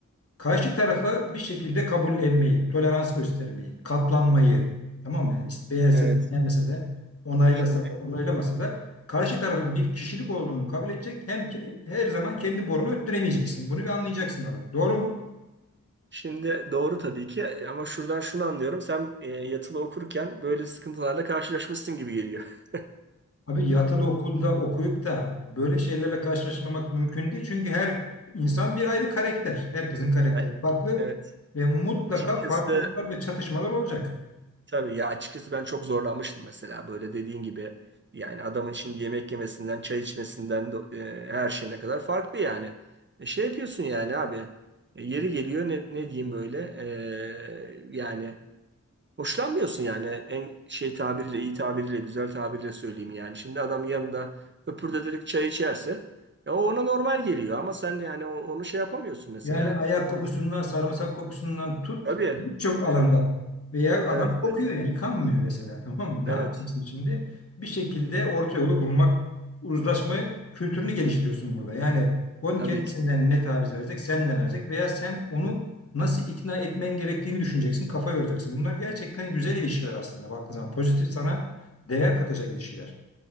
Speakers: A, on the left; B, on the right.
A: Karşı tarafa bir şekilde kabullenmeyi, tolerans göstermeyi, katlanmayı, tamam mı? Yani işte beğense
B: Evet.
A: de beğenmese de, onaylasa
B: Şimdi
A: da onaylamasa da karşı tarafın bir kişilik olduğunu kabul edecek. Hem ki, her zaman kendi borunu öttüremeyeceksin. Bunu bir anlayacaksın orada. Doğru mu?
B: Şimdi doğru tabii ki e, ama şuradan şunu anlıyorum. Sen e, yatılı okurken böyle sıkıntılarla karşılaşmışsın gibi geliyor. <laughs>
A: Abi yatılı okulda okuyup da böyle şeylerle karşılaşmamak mümkün değil. Çünkü her insan bir ayrı karakter. Herkesin karakteri
B: Yani,
A: farklı
B: evet.
A: ve mutlaka
B: Açıkçası
A: farklılıklar ve çatışmalar olacak.
B: tabii ya açıkçası ben çok zorlanmıştım mesela böyle dediğin gibi. Yani adamın şimdi yemek yemesinden, çay içmesinden do- e, her şeyine kadar farklı yani. E, şey yapıyorsun yani abi. e, yeri geliyor ne, ne diyeyim böyle. e, yani Hoşlanmıyorsun yani en şey tabiriyle, iyi tabiriyle, güzel tabiriyle söyleyeyim yani. Şimdi adam yanında höpürdeterek çay içerse ya o ona normal geliyor ama sen yani o- onu şey yapamıyorsun mesela.
A: Yani ayak kokusundan, sarımsak kokusundan tut
B: Tabii.
A: birçok alanda.
B: Evet.
A: Veya
B: Evet.
A: adam kokuyor
B: Evet.
A: yani yıkanmıyor mesela <laughs> tamam mı? Ne
B: Evet.
A: yapacaksın şimdi? Bir şekilde orta yolu bulmak, uzlaşma kültürünü geliştiriyorsun burada. Yani onun
B: Tabii
A: kendisinden
B: ki.
A: ne taviz verecek, sen ne verecek veya sen onu
B: Evet.
A: nasıl ikna etmen gerektiğini düşüneceksin, kafa yoracaksın. Bunlar gerçekten güzel ilişkiler aslında baktığın zaman. Pozitif sana değer katacak ilişkiler.